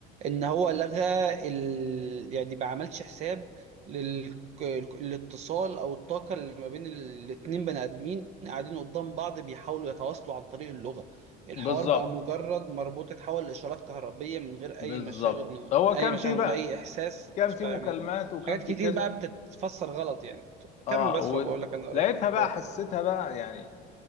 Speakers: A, on the right; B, on the left.
A: إن هو لغى ال... يعني ما عملش حساب لل... الاتصال أو الطاقة اللي ما بين ال- الاتنين بني آدمين قاعدين قدام بعض بيحاولوا يتواصلوا عن طريق اللغة الحوار
B: بالظبط
A: بقى مجرد مربوط اتحول لإشارات كهربية من غير
B: بالظبط
A: أي مشاغل من
B: هو
A: أي
B: كان
A: مشاغل
B: في بقى
A: من غير أي إحساس
B: كان في
A: فيعني
B: مكالمات وكان
A: حاجات
B: في
A: كتير
B: كذا
A: بقى بتتفسر غلط يعني
B: اه
A: كمل بس
B: ولقيتها
A: وبقول لك أنا رأيي في الحوار
B: بقى حسيتها بقى يعني